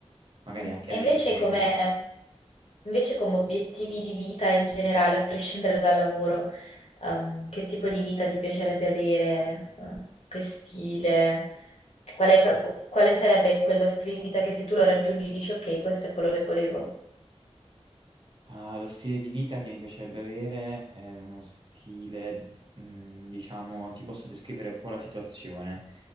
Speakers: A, on the right; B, on the left.
A: Magari
B: Mm.
A: anche
B: E
A: leggero.
B: invece come, invece come obiettivi di vita in generale, a prescindere dal lavoro? ehm, che tipo di vita ti piacerebbe avere, eh, che stile, qual è- qu- quale sarebbe quello stile di vita che se tu lo raggiungi dici ok, questo è quello che volevo.
A: Ah, lo stile di vita che mi piacerebbe avere è uno stile, mm, diciamo, ti posso descrivere un po' la situazione.